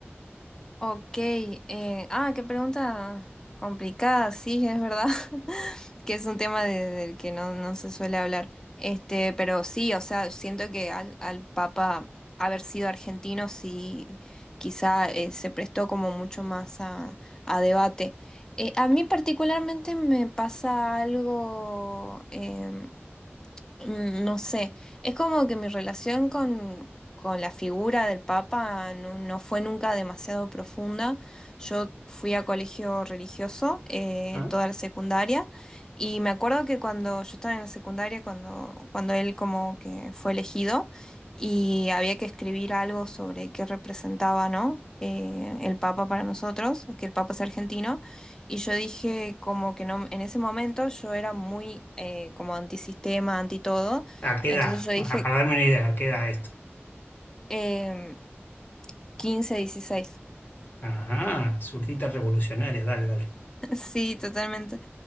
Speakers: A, on the left (about 15°); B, on the left (about 50°).
A: Ok, eh, ah, qué pregunta complicada, sí, es verdad, <laughs> que es un tema de- del que no, no se suele hablar, este, pero sí, o sea, siento que al, al Papa haber sido argentino, sí, quizá eh, se prestó como mucho más a, a debate. Eh, a mí particularmente me pasa algo, em, Mm, No sé, es como que mi relación con, con la figura del Papa no, no fue nunca demasiado profunda. Yo fui a colegio religioso eh,
B: ¿Ah?
A: toda la secundaria y me acuerdo que cuando yo estaba en la secundaria, cuando, cuando él como que fue elegido y había que escribir algo sobre qué representaba, ¿no? eh, el Papa para nosotros, que el Papa es argentino. Y yo dije como que no, en ese momento yo era muy eh, como antisistema, anti todo.
B: ¿A qué
A: Entonces
B: edad?
A: yo dije
B: Ajá, para darme una idea, ¿a qué edad esto?
A: em, 15, 16.
B: Ajá, surtitas revolucionarias, dale, dale.
A: <laughs> Sí, totalmente.